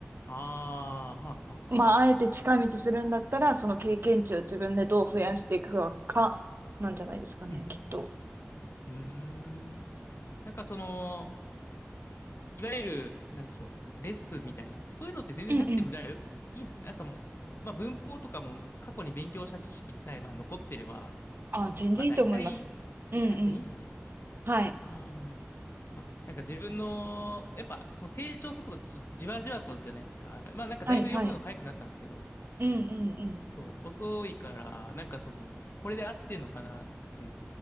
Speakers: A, on the left; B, on the right.
A: ああ、はあ、はあ、
B: まあ、
A: はあ。
B: あえて近道するんだったら、
A: あ、
B: その経験値を自分でどう増やしていくか、なんじゃないですかね、
A: うん。
B: きっと。
A: うーん。なんかその、いわゆる、なんでしょう、レッスンみたいな、そういうのって全然なくても、
B: うんうん。
A: じゃあ、いいいんですね。なんかもう、まあ文法とかも過去に勉強した知識さえ、まあ残ってれば、
B: あ、全然いいと思います。
A: まあ大体、
B: うんうん。
A: あ、やっぱいいんですね。
B: はい。
A: ああ。あ、なんか自分の、やっぱその成長速度、ちょっとじわじわとじゃないですか。まあなんかだいぶ読むの早くなったんですけど、
B: はい、はい。うんうんうん。
A: そう、遅いから、なんかその、これで合ってんのかなって、ち